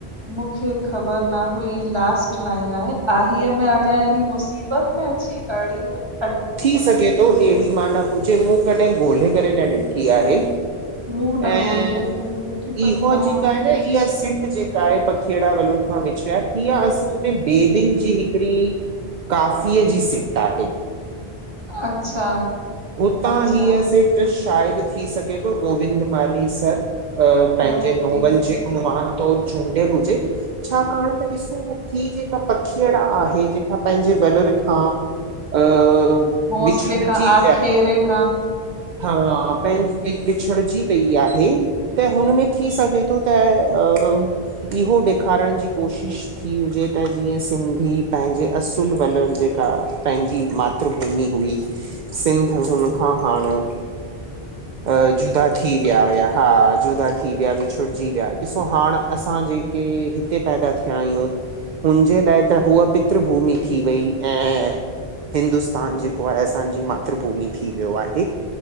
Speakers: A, on the right; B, on the right.
A: मूंखे ख़बर न हुई लास्ट लाइन आहे, आहीअ में अणिया यानि मुसि ईबत में अची अड़ी विया,
B: थी सघे थो अहिड़ी माना हुजे मूं कॾहिं ॻोल्हे करे न ॾिठी आहे।
A: मुंहुं न
B: ऐं
A: ॻोल्हे करे ॾिठी पर
B: इहो
A: तव्हां
B: जेका आहे न इहा सिंट जे काए पखिअड़ा वलू खां विछड़िया इहा असुल में बेबेन जी हिकड़ी काफ़ीअ जी सिट आहे
A: अच्छा
B: हुतां
A: अच्छा
B: हीअ सिट शायद थी सघे थो गोविंद मानी सर पंहिंजे
A: मां वरिती
B: नॉवल
A: हुजे
B: जे उनवान तौरु चूंडियल हुजे छाकाण त ॾिसो ही जेका पखीअड़ आहे जेका पंहिंजे वलर खां अ,
A: घोसले
B: विछड़जी
A: का
B: वई
A: आखेरे
B: आहे
A: का
B: हा पहिं वि विछड़जी वई आहे, त हुन में थी सघे थो त इहो ॾेखारण जी कोशिश थी हुजे त जीअं सिंधी पंहिंजे असुल वलर जेका पंहिंजी मातृभूमि हुई सिंध हुनखां हाणे अ जुदा थी विया हुया हा जुदा थी विया विछुड़जी विया, ॾिसो हाण असां जेके हिते पैदा थिया आहियूं। हुनजे लाइ त हूअ पितृभूमि थी वई, ऐं हिंदुस्तान जेको आहे असांजी मातृभूमि थी वियो आहे